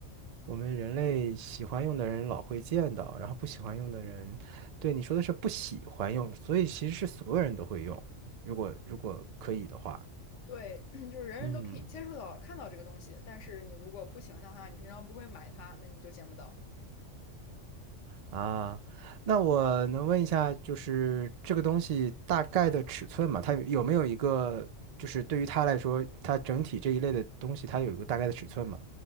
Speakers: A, on the right; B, on the left.
A: 我们人类喜欢用的人老会见到，然后不喜欢用的人，对你说的是不喜欢用，所以其实是所有人都会用，如果如果可以的话。
B: 对，<clears throat> 就是人人都可以接触到、
A: 嗯。
B: 看到这个东西，但是你如果不喜欢它的话，你平常不会买它，那你就见不到。
A: 啊，那我能问一下，就是这个东西大概的尺寸嘛？它有有没有一个，就是对于它来说，它整体这一类的东西，它有一个大概的尺寸嘛？